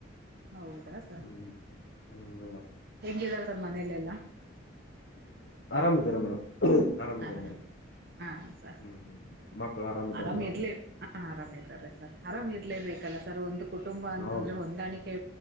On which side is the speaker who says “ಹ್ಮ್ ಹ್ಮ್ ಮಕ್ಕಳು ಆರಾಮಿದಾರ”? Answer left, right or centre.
Left